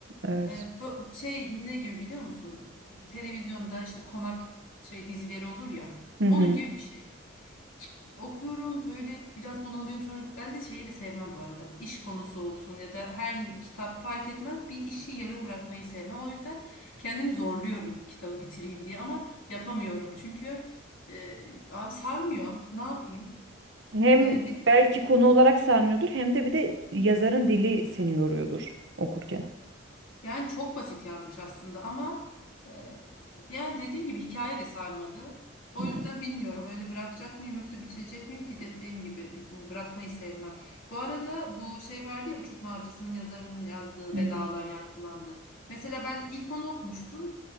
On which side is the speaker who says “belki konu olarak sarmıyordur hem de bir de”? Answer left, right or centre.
Right